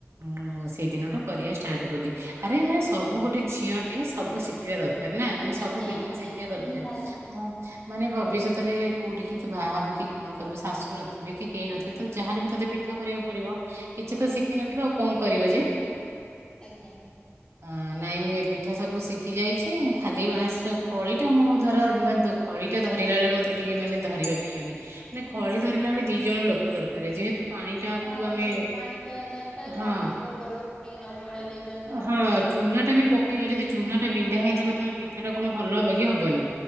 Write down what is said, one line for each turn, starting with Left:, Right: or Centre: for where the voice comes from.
Right: ମୁଁ। ସେଇ ଦିନ ଟୁ କରିବା ଷ୍ଟାର୍ଟ କଲି ଆରେ ମାନେ ସବୁ ଗୋଟେ ଝିଅ ଟେ ସବୁ ଶିଖିବା ଦରକାର। ର ନା ମାନେ ସବୁ
Left: ଆଜ୍ଞା
Right: ପିଠା
Left: ଆଜ୍ଞା
Right: ଶିଖିବା ଦରକାର
Left: ନିହାତି
Right: ମାନେ ଭବିଷ୍ୟତରେ କୋଉଠି କି ତୁ ବାହାବୁ କି କଣ କରିବୁ ଶାଶୁ ନଥିବେ କି କେହି ନଥିବେ। ତ ତ ଯାହାହଲେ ବି ତୋତେ ପିଠା କରିବାକୁ ପଡିବ କିଛି
Left: ହଁ
Right: ତ ଶିଖିିନଥିବ ଆଉ କଣ କରିବ ଯେ
Left: ଆଜ୍ଞା।
Right: ଅ ନାଇଁ ମୁଁ ଏ ପିଠା ସବୁ ଶିଖି ଯାଇଛି ଖାଲି ଖଳି ଟା ମୋ ଦ୍ଵାରା ଖଳିଟା ଧରିଲା ବେଳେ ମତେ ଟିକେ ମାନେ ଧରିବା ପାଇଁ ହନି ମାନେ ହଳି ଧରିଲା ବେଳେ ଦି ଜଣ ଲୋକ ଦରକାର ଯେହେତୁ ପାଣିଟାକୁ
Left: ହଁ
Right: ଆମେ
Left: ଯେହେତୁ ପାଣି ଟା ଜାଣିପାର
Right: ହଁ।
Left: ଲାଗିଯିବ ତଳୁ ପୁଣି ନ? ଗୋଳେଇଲେ ଜଲ୍ଦି।
Right: ହଁ ଚୁନା
Left: ହଁ ହଁ
Right: ଟାମ
Left: ନାଇଁ
Right: ପକେଇବା ଯଦି ଚୁନା ଟା ବିନ୍ଧା ହେଇଯିବ
Left: ଆଜ୍ଞା।
Right: ତବେ ପିଠା ଟା କଣ ଭଲ ହେବ କି ହବନିଁ